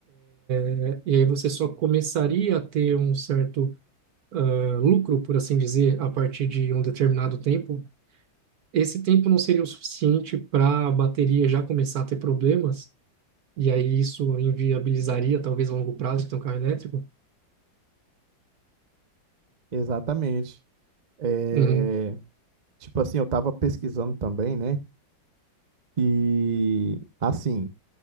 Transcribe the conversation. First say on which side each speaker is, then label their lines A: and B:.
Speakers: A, on the right; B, on the right.
A: né? E aí você só começaria a ter um certo ah, lucro, por assim dizer, a partir de um determinado tempo. Esse tempo não seria o suficiente para a bateria já começar a ter problemas, e aí isso inviabilizaria, talvez a longo prazo, ter um carro elétrico?
B: Exatamente. É,
A: Uhum,
B: tipo assim, eu estava pesquisando também, né? E assim,